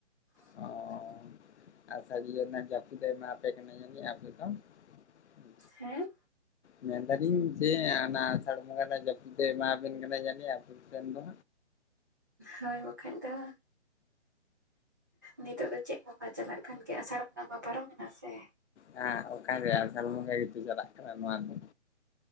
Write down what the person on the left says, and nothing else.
ᱚ <unintelligible>
ᱢᱮᱱ ᱫᱟᱞᱤᱧ ᱡᱮ ᱟᱱᱟ ᱟᱥᱟᱲ ᱵᱚᱸᱜᱟ ᱨᱮᱱᱟᱜ ᱡᱟᱹᱯᱩᱫ ᱫᱚ ᱮᱢᱟᱵᱤᱱ ᱠᱟᱱᱟ ᱵᱮᱱ ᱫᱚ
ᱦᱮ ᱚᱱᱠᱟᱜᱮ ᱟᱥᱟᱲ ᱵᱚᱸᱜᱟ <inaudible> ᱱᱚᱣᱟ ᱫᱚ